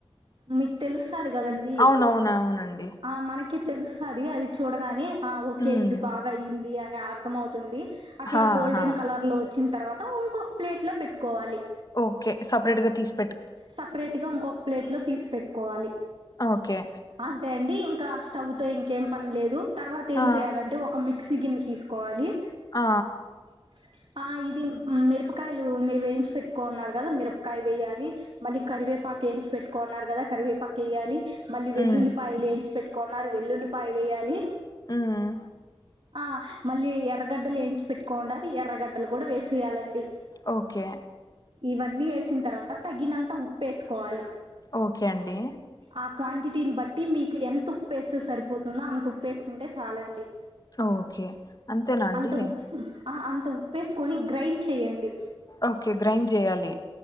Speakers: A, on the right; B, on the left.
A: మీకు తెలుస్తాది కదండి
B: అవునవునండి
A: ఆ మనకి తెలుస్తాది అది చూడగానే ఆ ఓకే
B: ఉమ్
A: ఇది బాగా అయింది అని అర్థమవుతుంది అట్లా
B: హా
A: గోల్డెన్
B: హా
A: కలర్ లో వచ్చిన తర్వాత ఇంకొక ప్లేట్ లో పెట్టుకోవాలి
B: ఓకే సపరేట్ గా తీసు
A: సపరేట్ గా ఇంకొక ప్లేట్ లో తీసి పెట్టుకోవాలి
B: ఓకే
A: అంతే అండి ఇంకా స్టవ్ తో ఇంకేం పనిలేదు తర్వాత ఏం
B: ఆ
A: చేయ్యాలంటే ఒక మిక్ మిక్సి గిన్ని తీసుకోవాలి
B: ఆ
A: <inaudible> ఆ ఇది మిరపకాయలు మీరు వేయించి పెట్టుకోన్నారు కదా మిరపకాయ వేయాలి మళ్ళి కరివేపాకు వేయించుకొని పెట్టుకున్నారు కదా కరివేపాకు వెయ్యాలి మళ్ళి వెల్లుల్లిపాయలు
B: ఉమ్
A: ఏంచి పెట్టు కొన్నారు వెల్లుల్లి పాయలు వేయాలి
B: ఉమ్మ్
A: ఆ మళ్ళీ ఎర్రగడ్డలు ఏయించి పెట్టుకోండారు ఎర్రగడ్డలు కూడా వేసెయ్యాలండి
B: ఓకే
A: ఇవన్నీ వేసిన తర్వాత తగినంత ఉప్పు ఏసుకోవాలి
B: ఓకే అండి
A: ఆ క్వాంటిటీని బట్టి మీకు ఎంత ఉప్పేస్తే సరిపోతుందో అంత ఉప్పు ఏసుకుంటే చాలండి
B: ఓకే అంతేనా అండి
A: అంత ఉ ఆ అంత ఉప్పేసుకొని గ్రైండ్ చేయండి
B: ఓకే గ్రైండ్ చేయాలి